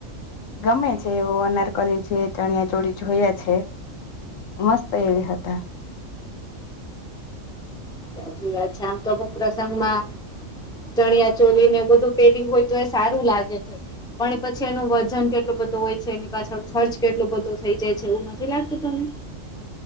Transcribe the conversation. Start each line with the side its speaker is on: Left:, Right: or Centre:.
Left: ગમે છે એવો અનારકલી છે ચણિયા ચોળી જોયા છે. મસ્ત એવી હતા
Centre: સાચી વાત છે આમ તો પણ પ્રસંગમાં ચણિયા ચોલી ને એ બધું પહેર્યું હોય તો એ સારું લાગે છે. પણ પછી એનું વજન કેટલું બધો હોય છે એની પાછળ ખર્ચ કેટલો બધો થઈ જાય છે એવું નથી લાગતું તને